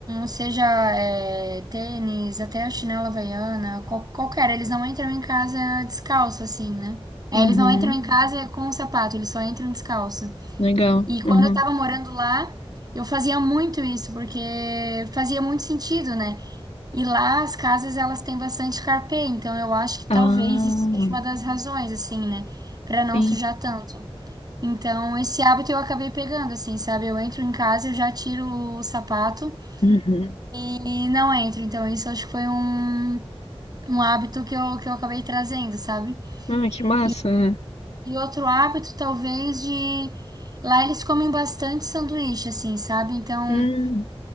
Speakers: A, on the right; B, on the left.
A: seja é, tênis, até a chinela havaiana, qual- qualquer, eles não entram em casa descalço, assim, né? É,
B: uhum,
A: eles não entram em casa com o sapato, eles só entram descalço.
B: legal.
A: E quando
B: Uhum.
A: eu tava morando lá, eu fazia muito isso, porque fazia muito sentido, né? E lá as casas elas têm bastante carpê, então eu acho que
B: Ah,
A: talvez isso seja uma das razões, assim, né? Pra não
B: sim.
A: sujar tanto. Então, esse hábito eu acabei pegando, assim, sabe? Eu entro em casa, eu já tiro o sapato
B: Uhum.
A: e não entro. Então, isso acho que foi um, um hábito que eu, que eu acabei trazendo, sabe?
B: Ah, que massa,
A: E,
B: né?
A: e outro hábito, talvez, de. Lá eles comem bastante sanduíche, assim, sabe? Então.
B: Hum,